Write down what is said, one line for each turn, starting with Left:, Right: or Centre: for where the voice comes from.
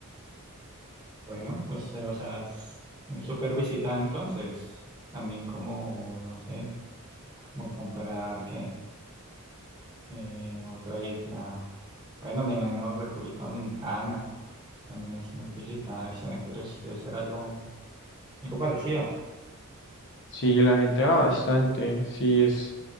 Right: Bueno, pues, eh, o sea, es es súper visitada entonces. También como, no sé, como comparar que eh, otra isla, bueno, me imagino República Dominicana, también es muy visitada, extranjeros, debe ser algo, algo parecido.
Left: Sí, la gente va bastante, sí, es,